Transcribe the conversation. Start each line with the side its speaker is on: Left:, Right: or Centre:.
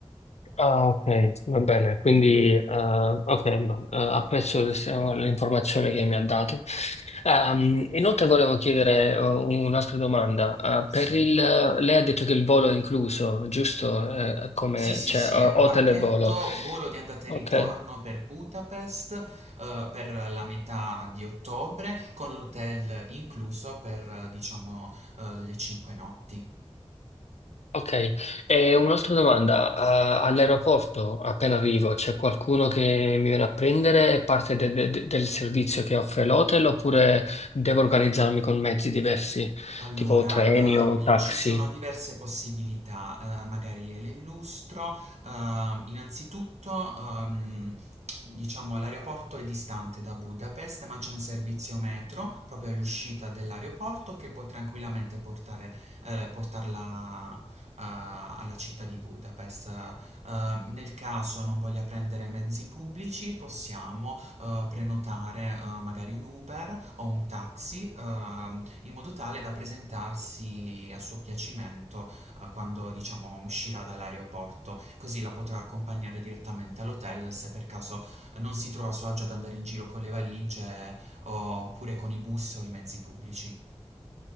Left: Ah, ok, va bene. Quindi, eh, ok, ma, eh, apprezzo le- l'informazione che mi ha dato. Ehm, inoltre volevo chiedere eh, un'altra domanda. Eh,
Right: Sì.
Left: per il, lei ha detto che il volo è incluso, giusto? Eh, come,
Right: Sì, sì,
Left: cioè,
Right: sì,
Left: eh,
Right: è un
Left: hotel
Right: pacchetto
Left: e volo.
Right: volo di andata e
Left: Ok.
Right: ritorno per Budapest, eh, per la metà di ottobre, con l'hotel incluso per, eh, diciamo, eh, le cinque notti.
Left: Ok, e un'altra domanda. A- all'aeroporto, appena arrivo, c'è qualcuno che mi viene a prendere? È parte de- de- de- del servizio che offre l'hotel oppure devo organizzarmi con mezzi diversi,
Right: Allora,
Left: tipo treni o
Right: ehm,
Left: taxi?
Right: ci sono diverse possibilità, eh, magari le illustro. Ehm, innanzitutto, ehm, diciamo, l'aeroporto è distante da Budapest, ma c'è un servizio metro proprio all'uscita dell'aeroporto che può tranquillamente portare, eh, portarla, eh, alla città di Budapest. Eh, nel caso non voglia prendere mezzi pubblici, possiamo, eh, prenotare, eh, magari un Uber o un taxi. ehm, in modo tale da presentarsi a suo piacimento eh, quando diciamo uscirà dall'aeroporto, così la potrà accompagnare direttamente all'hotel se per caso non si trova a suo agio ad andare in giro con le valigie eh, oppure con i bus o i mezzi pubblici.